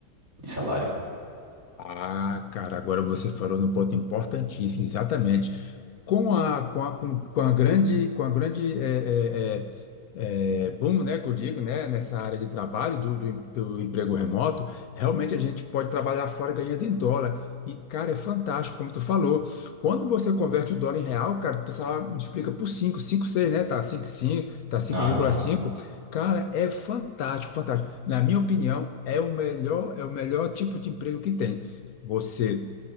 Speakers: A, on the right; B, on the left.
A: de salário.
B: Ah, cara, agora você falou no ponto importantíssimo, exatamente. Com a, com a, com com a grande, com a grande eh, eh, eh, é, boom, né, que eu digo, né, nessa área de trabalho do, do, do emprego remoto, realmente a gente pode trabalhar fora ganhando em dólar. E, cara, é fantástico, como tu falou. Quando você converte o dólar em real, cara, tu só multiplica por cinco, cinco seis, né? Tá Cinco 5, tá cinco
A: Aham.
B: vírgula cinco, Cara, é fantástico, fantástico. Na minha opinião, é o melhor, é o melhor tipo de emprego que tem. Você